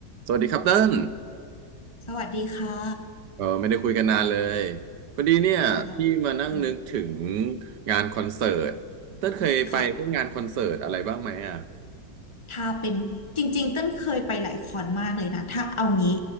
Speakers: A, on the right (about 70°); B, on the left (about 15°).
A: สวัสดีครับเติ้ล
B: สวัสดีค่ะ
A: เออไม่ได้คุยกันนานเลยพอดีเนี่ยพี่มานั่งนึกถึง
B: ใช่อืม
A: งานคอนเสิร์ตเติ้ลเคยไปพวกงานคอนเสิร์ตอะไรบ้างไหมอ่ะ
B: ค่ะถ้าเป็นจริงๆเต้นเคยไปหลายคอนมากเลยนะถ้าเอางี้